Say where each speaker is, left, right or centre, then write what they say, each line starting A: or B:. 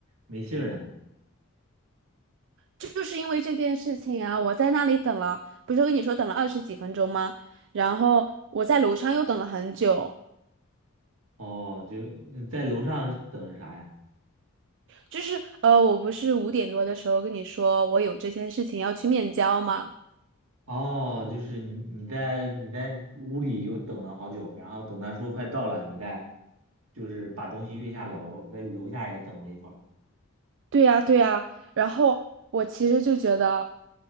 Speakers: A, on the right; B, on the right.
A: 没信儿呢？
B: 就是因为这件事情啊，我在那里等了，不是跟你说等了二十几分钟吗？然后我在楼上又等了很久。
A: 哦，就呃在楼上是等着啥呀？
B: 就是呃，我不是五点多的时候跟你说我有这件事情要去面交吗？
A: 哦，就是你你在你在屋里又等了好久，然后等他说快到了，你再就是把东西运下楼，在楼下也等了一会儿。
B: 对呀，对呀，然后我其实就觉得，